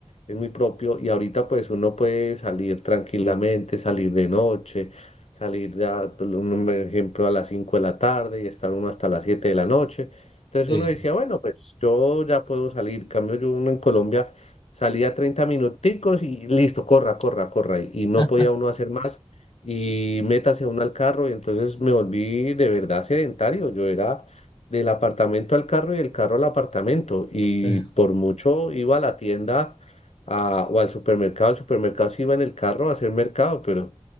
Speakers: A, on the left (about 70°); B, on the left (about 45°).
A: es muy propio y ahorita pues uno puede salir tranquilamente, salir de noche, salir, de, a- por un ejemplo, a las 5 de la tarde y estar uno hasta las 7 de la noche. Entonces
B: sí,
A: uno decía, bueno, pues yo ya puedo salir. En Cambio yo uno en Colombia salía 30 minuticos y listo, corra, corra, corra. Y, y no
B: <laughs>
A: podía uno hacer más y métase uno al carro y entonces me volví de verdad sedentario. Yo era del apartamento al carro y del carro al apartamento. Y
B: sí.
A: por mucho iba a la tienda a- o al supermercado. El supermercado sí iba en el carro a hacer mercado, pero,